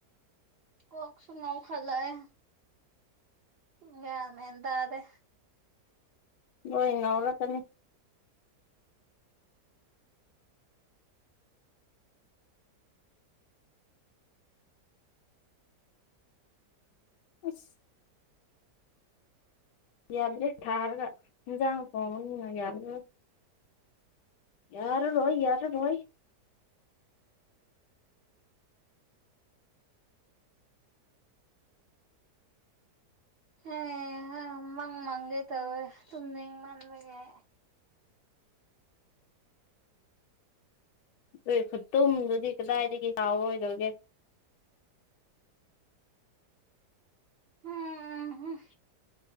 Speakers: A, on the right; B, on the left.
A: ꯀꯣꯛ ꯁꯨꯨ ꯉꯥꯎꯈꯠꯂꯛꯑꯦ ꯒꯌꯥꯟ ꯃꯦꯟ ꯇꯥꯗꯦ
B: ꯅꯣꯏ ꯉꯥꯎꯔꯛꯀꯅꯤ ꯑꯁ ꯌꯥꯗ꯭ꯔꯦ ꯊꯥꯔꯒ ꯏꯟꯖꯥꯡ ꯊꯣꯡꯕꯅꯤꯅ ꯌꯥꯔꯔꯣꯏ ꯌꯥꯔꯔꯣꯏ ꯌꯥꯔꯔꯣꯏ
A: ꯍꯦ ꯍ ꯃꯪ ꯃꯪꯒꯦ ꯇꯧꯋꯦ ꯇꯨꯝꯅꯤꯡꯃꯟꯕꯒꯤ
B: ꯑꯗꯨꯏ ꯈꯨꯇꯨꯝꯗꯨꯗꯤ ꯀꯗꯥꯏꯗꯒꯤ ꯆꯥꯎꯔꯣꯏꯗꯣꯏꯒꯦ
A: ꯍꯝ ꯍꯝ